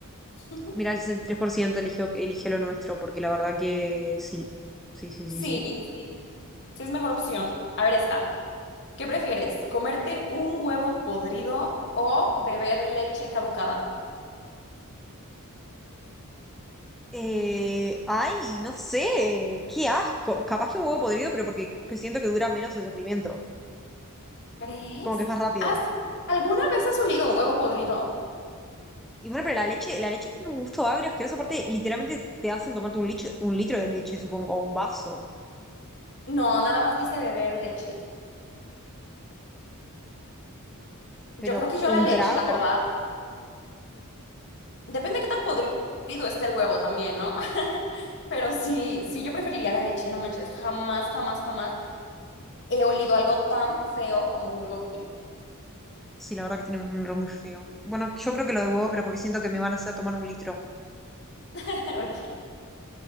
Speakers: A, on the left; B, in the centre.
A: <laughs>
B: Mira, el 63% eligió, eligió lo nuestro, porque la verdad que sí. Sí, sí,
A: Sí,
B: sí, sí.
A: sí. Sí es mejor opción.
B: Muy turbio.
A: A ver, esta. ¿Qué prefieres? ¿Comerte un huevo podrido o beber leche caducada?
B: Eh, ay, no sé, qué asco. Capaz que un huevo podrido, pero porque que siento que dura menos el sufrimiento.
A: ¿Crees?
B: Como que es más rápido.
A: ¿Has alguna vez has olido un huevo podrido?
B: Y bueno, pero la leche, la leche tiene un gusto agrio, asqueroso. Aparte, literalmente te hacen tomarte un, lich- un litro de leche, supongo, o un vaso.
A: No, nada más dice beber leche. Yo
B: Pero
A: creo que yo la
B: un
A: leche,
B: trago.
A: la verdad. Depende qué tan podrido esté el huevo también, ¿no? <laughs> Pero sí, sí, yo preferiría la leche, no manches. Jamás, jamás, jamás he olido algo tan feo como un huevo podrido.
B: Sí, la verdad que tiene un nombre muy feo. Bueno, yo creo que lo de huevo, pero porque siento que me van a hacer tomar un litro.
A: <laughs> Ok.